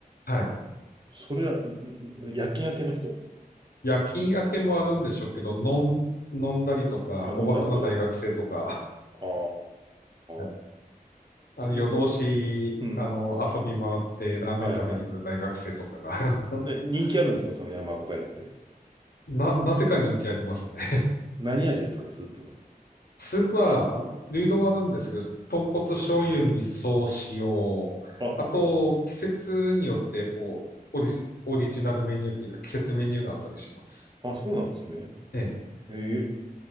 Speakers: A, on the left (about 80°); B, on the right (about 30°).
A: はい。
B: それは、んん夜勤明けの人
A: 夜勤明けもあるんでしょうけど、飲ん、飲んだりとか、
B: あ、飲んだ後
A: おバカな大学生とか、は
B: ああ
A: い。<laughs>
B: ー、
A: あの、
B: す
A: 夜通し、
B: うん。
A: あの、遊び回ってラーメン食べに来る大学生とかが
B: はいはい。で、
A: <laughs>
B: 人気あるんですか、その山岡屋って。
A: な、なぜか人気ありますね。
B: 何味ですか、スープは。
A: <laughs> スープは、あ流動はあるんですけど、豚骨醤油、味噌、塩、
B: あ、
A: あと、季節によって、こう、オリジ、オリジナルメニューというか、季節メニューがあったりします。
B: あ、そうなんですね。
A: ええ。
B: ええ